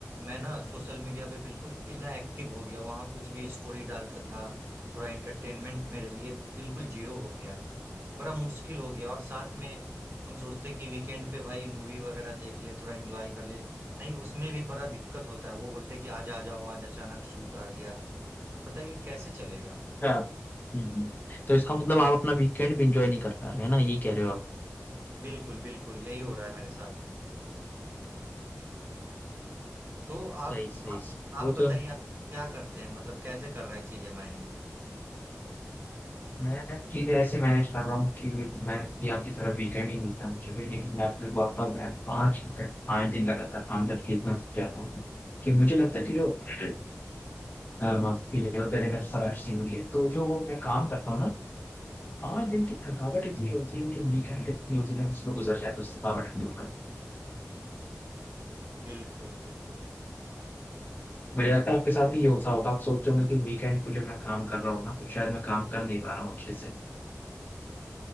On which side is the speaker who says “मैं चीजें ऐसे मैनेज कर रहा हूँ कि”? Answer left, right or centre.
Left